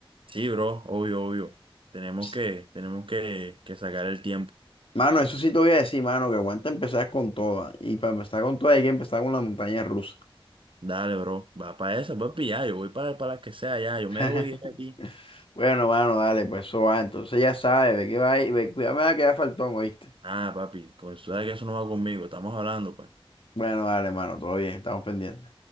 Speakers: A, on the right; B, on the left.
A: Sí, bro, obvio, obvio. Tenemos
B: Ch-
A: que, tenemos que, que sacar el tiempo.
B: Mano, eso sí te voy a decir, mano, que aguanta empezar con todas. Y para empezar con todas hay que empezar con la montaña rusa.
A: Dale, bro, va para esa, papi, ya, yo voy para, para las que sea, ya, yo
B: <laughs>
A: me debo ir a ti.
B: Bueno, mano, dale, pues eso va. Entonces ya sabes, ve que va ahí, ve, cuidado, me va a quedar faltón, ¿oíste?
A: Ah, papi, pues, tú sabes que eso no va conmigo, estamos hablando, pues.
B: Bueno, dale, mano, todo bien, estamos pendientes.